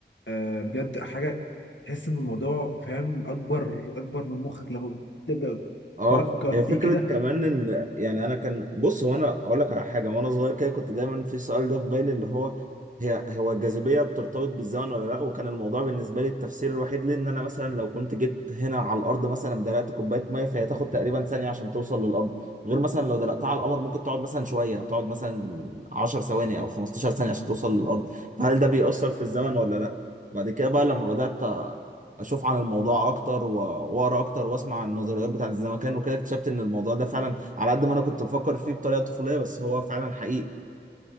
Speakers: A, on the left (about 80°); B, on the right (about 45°).
A: آه بجد حاجه تحس ان الموضوع فاهم اكبر اكبر من مخك لما تبدا
B: اه
A: تفكر
B: هي
A: فيه
B: فكرة
A: كده
B: كمان ان يعني انا كان بص هو انا اقول لك على حاجة وانا صغير كده كنت دايما في السؤال ده في بالي اللي هو هي هو الجاذبية بترتبط بالزمن ولا لا وكان الموضوع بالنسبة لي التفسير الوحيد ليه ان انا مثلا لو كنت جيت هنا على الارض مثلا دلقت كوباية مية فهي تاخد تقريبا ثانية عشان توصل للارض غير مثلا لو دلقتها على القمر ممكن تقعد مثلا شوية تقعد مثلا 10 ثواني او 15 ثانية عشان توصل للارض فهل ده بيأثر في الزمن ولا لا بعد كده بقى لما بدأت اشوف عن الموضوع اكتر و- واقرا اكتر واسمع عن النظريات بتاعت الزمكان وكده اكتشفت ان الموضوع ده فعلا على قد ما انا كنت بفكر فيه بطريقه طفوليه بس هو فعلا حقيقي